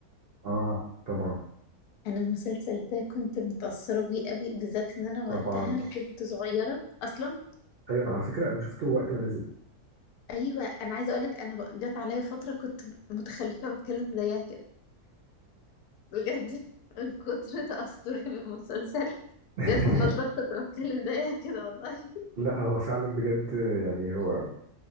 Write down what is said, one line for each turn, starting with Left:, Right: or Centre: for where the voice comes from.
Right: اه طبعا
Left: انا المسلسل ده كنت متأثرة بيه قوي بالذات ان انا وقتها
Right: طبعا
Left: كنت صغيرة اصلا
Right: ايوه أنا على فكره انا شفته وقت ما نزل
Left: ايوه انا عايزه اقول لك انا بق- جت عليا فتره كنت متخلفه بتكلم زيها كده بجد من كتر تأثري بالمسلسل
Right: <laughs>
Left: جت فتره كنت بتكلم زيها كده والله
Right: لا هو فعلا بجد يعني هو